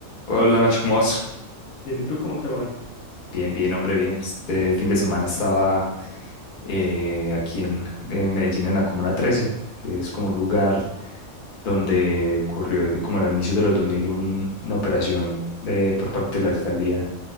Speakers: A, on the left (about 45°); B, on the left (about 75°).
A: Hola Nacho, ¿cómo vas?
B: Bien, ¿y tú cómo te va hoy?
A: Bien, bien, hombre, bien. Este fin de semana estaba eh, aquí en, en Medellín, en la Comuna 13, que es como un lugar donde ocurrió de- como a inicios de los 2000 un- una operación de- por parte de la alcaldía,